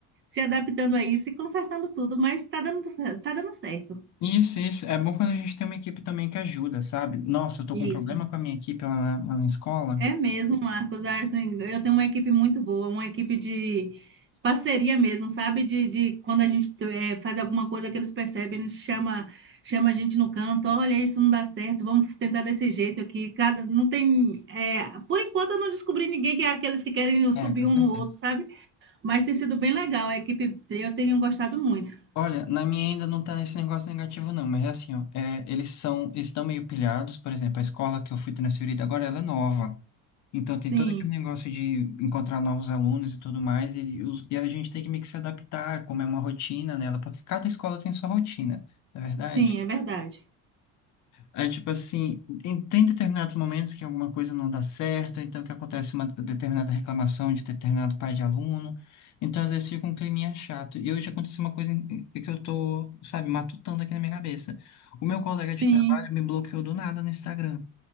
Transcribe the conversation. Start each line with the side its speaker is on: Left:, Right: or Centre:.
Right: se adaptando a isso e consertando tudo, mas está dando, cer- tá dando certo.
Left: Isso, isso. É bom quando a gente tem uma equipe também que ajuda, sabe? Nossa, eu tô
Right: Isso.
Left: com um problema com a minha equipe lá na, lá na escola.
Right: É mesmo, Marcos. Ah, assim, Eu tenho uma equipe muito boa, uma equipe de parceria mesmo, sabe? De, de quando a gente eh, faz alguma coisa que eles percebem, eles chama, chama a gente no canto, olha, isso não dá certo, vamos tentar desse jeito aqui. Cada, não tem, eh, por enquanto eu não descobri ninguém que é aqueles que querem subir
Left: É, com certeza.
Right: um no outro, sabe? Mas tem sido bem legal, a equipe, eu tenho gostado muito.
Left: Olha, na minha ainda não tá nesse negócio negativo, não, mas é assim, ó, é, eles são, eles estão meio pilhados, por exemplo, a escola que eu fui transferida agora, ela é nova. Então tem
Right: Sim,
Left: todo aquele negócio de encontrar novos alunos e tudo mais, e, os- e a gente tem que meio que se adaptar, como é uma rotina nela, porque cada escola tem sua rotina, não é verdade?
Right: sim, é verdade.
Left: É tipo assim, em- tem determinados momentos que alguma coisa não dá certo, então que acontece uma determinada reclamação de determinado pai de aluno, então às vezes fica um climinha chato. E hoje aconteceu uma coisa em- em- que eu tô, sabe, matutando aqui na minha cabeça. O meu colega de
Right: Sim.
Left: trabalho me bloqueou do nada no Instagram.